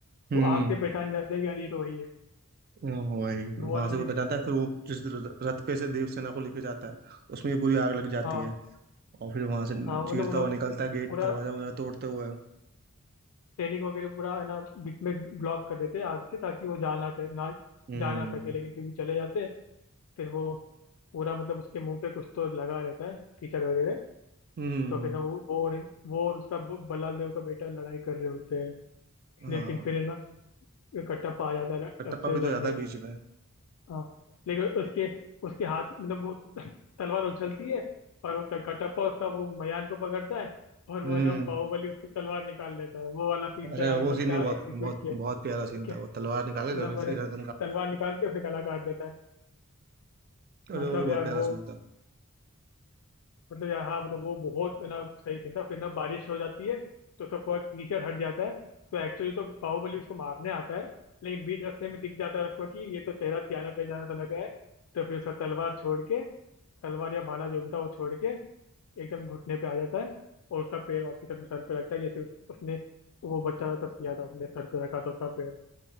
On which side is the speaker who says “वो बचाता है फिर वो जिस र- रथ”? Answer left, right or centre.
Right